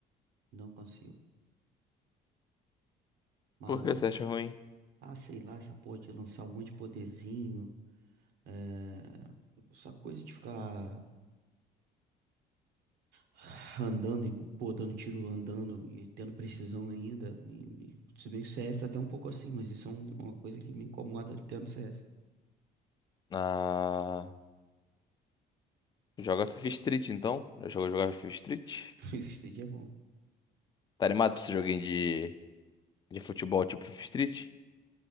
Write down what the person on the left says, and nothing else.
Por que você acha ruim?
Ah, joga FIFA Street então? Já jogou jogar FIFA Street?
Tá animado pra esse joguinho de, de futebol tipo FIFA Street?